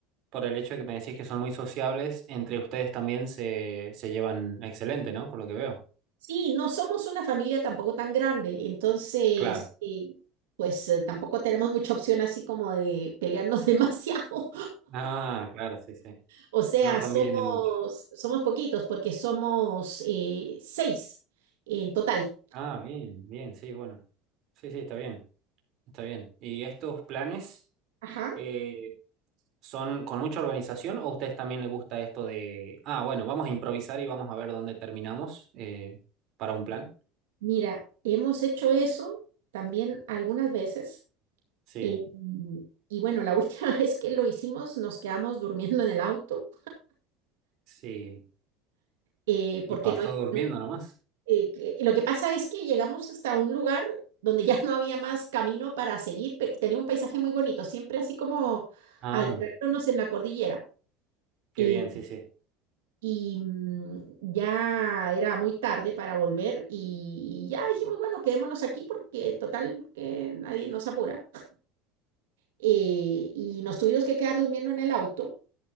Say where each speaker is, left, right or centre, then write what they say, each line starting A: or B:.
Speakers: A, on the right (about 55°); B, on the right (about 85°).
A: por el hecho de que me decís que son muy sociables, entre ustedes también se, se llevan excelente, ¿no? Por lo que veo.
B: Sí, no somos una familia tampoco tan grande, entonces,
A: Claro.
B: eh, pues eh, tampoco tenemos mucha opción así como de pelearnos <laughs> demasiado.
A: Ah, claro, sí, sí.
B: O sea,
A: No conviene
B: somos,
A: mucho.
B: somos poquitos porque somos eh, seis en total.
A: Ah, bien, bien, sí, bueno. Sí, sí, está bien, está bien. ¿Y estos planes
B: Ajá.
A: eh, son con mucha organización o a ustedes también les gusta esto de, ah, bueno, vamos a improvisar y vamos a ver dónde terminamos eh, para un plan?
B: Mira, hemos hecho eso también algunas veces.
A: Sí,
B: eh, mm, y bueno, la última <laughs> vez que lo hicimos nos quedamos durmiendo en el auto
A: sí.
B: eh,
A: Y
B: porque
A: pasó
B: no...
A: durmiendo
B: no-
A: nomás.
B: eh, que- lo que pasa es que llegamos hasta un lugar donde ya no había más camino para seguir, pe- tenía un paisaje muy bonito, siempre así como
A: Ah,
B: adentrándonos en la cordillera.
A: qué
B: eh,
A: bien, sí, sí.
B: y mm, ya era muy tarde para volver y, y ya dijimos, bueno, quedémonos aquí porque total que nadie nos apura. eh, y nos tuvimos que quedar durmiendo en el auto.